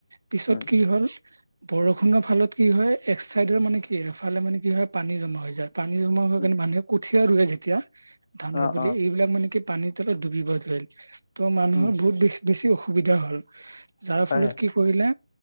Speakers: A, on the right; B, on the left.
A: পিছত
B: উম
A: কি কি হ'ল বৰষুণৰ ফালত কি হয় এক চাইডৰ মানে কি এফালে মানে কি হয় পানী জমা হৈ যায়। পানী জমা হয়
B: উম
A: কিনে মানুহে কঠিয়া ৰুৱে যেতিয়া ধানৰ
B: অ',
A: বুলি
B: অ',
A: এইবিলাক মানে কে পানীৰ তলত ডুবিব ধৰিল, ত মানুহৰ
B: উম
A: বহুত বে বেছি অসুবিধা হল। যাৰ
B: হয়।
A: ফলত কি কৰিলে